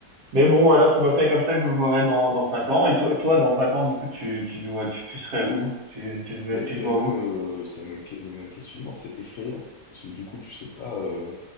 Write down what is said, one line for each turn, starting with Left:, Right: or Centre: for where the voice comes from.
Right: Mais bon, voilà, c'est à peu près comme ça que je me verrai dans, dans 5 ans. Et toi, toi, dans 5 ans, du coup, tu, tu, te tu, tu serais où? Tu, tu, te
Left: Ben,
Right: tu
Left: c'est
Right: te
Left: la
Right: vois
Left: même,
Right: où?
Left: euh, c'est la même, que- le même questionnement. C'est effrayant. Parce que du coup, tu sais pas. euh,